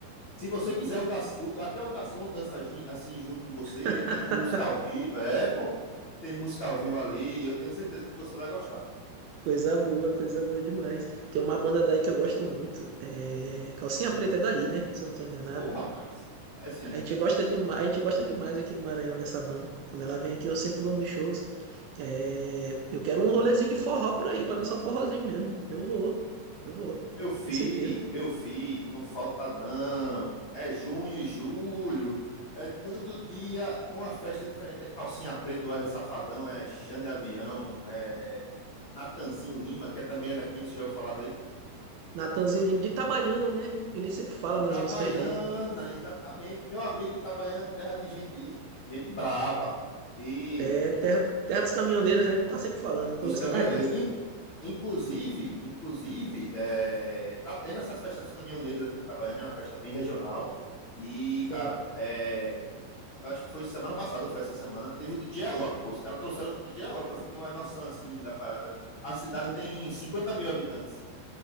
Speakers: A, on the left; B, on the right.
A: Se você quiser, o da, o, até o garçom dança assim junto com você,
B: <laughs>
A: tem música ao vivo. É, pô, tem música ao vivo ali. Eu tenho certeza que você vai gostar.
B: Coisa boa, coisa boa demais. Tem uma banda daí que eu gosto muito. É... Calcinha Preta é daí, né? Se eu não tô enganado.
A: Ô, rapaz, é sim.
B: A gente gosta demais, a gente gosta demais aqui no Maranhão dessa banda. Quando ela vem aqui, eu sempre vou nos shows. É, Eu quero um rolezinho de forró por aí, pra dançar um forrozinho mesmo. Eu vou, eu vou,
A: Meu filho,
B: com certeza.
A: meu filho, não falta não. É junho e julho. É todo dia uma festa diferente. É calcinha preta, Wesley Safadão, é Xande Avião, é Natanzinho Lima, que é também é daqui, você já ouviu falar dele?
B: Natanzinho Lima de Itabaiana, né? Ele sempre fala
A: De Itabaiana,
B: nas músicas dele.
A: exatamente. Meu amigo Itabaiana, terra de gente, gente braba. E
B: É terra, terra dos caminhoneiros, né? Ele tá sempre falando,
A: dos
B: eu conheço
A: caminhoneiros.
B: por causa disso.
A: In- Inclusive, inclusive, é, tá tendo essas festas dos caminhoneiros aqui em Itabaiana, é uma festa bem regional. E,
B: Sim.
A: cara, é, acho que foi semana passada, ou foi essa semana, teve o DJ Alok, pô. Os caras trouxeram o DJ Alok, pra você ter uma noção, assim, da parada. A cidade
B: Do,
A: tem 50 mil habitantes.